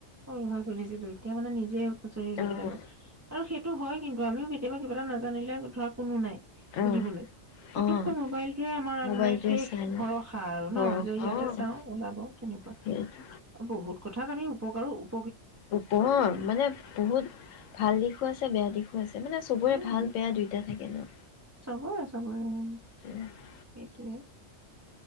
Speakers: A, on the right; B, on the left.
A: উম হয় হয় শুনিছিলো তেওঁ মানে নিজে হুঁচৰি উলিয়াই
B: অ'
A: লব আৰু সেইটো হয় কিন্তু আমিও কেতিয়াবা কিবা এটা নাজানিলে শুধৰা কোনো নাই সুধিবলৈ
B: অ'
A: ফতুককৈ
B: অ'
A: মোবাইলটোৱে আমাৰ
B: মোবাইলটোৱে
A: মানে শেষ
B: চাই ন
A: ভৰসা আৰু
B: ভৰসা
A: ন যে ইয়াতে
B: অ'
A: চাও ওলাব তেনেকুৱা
B: সেইটো
A: বহুত কথাত জানিও অউ
B: ওপৰ মানে বহুত ভাল দিশো আছে মই যে বেয়া দিখো ছে মানে চবৰে
A: উম
B: ভাল বেয়া দুইতটা থাকে ন
A: চবৰে চবৰে উম
B: সেয়া
A: এইটোৱে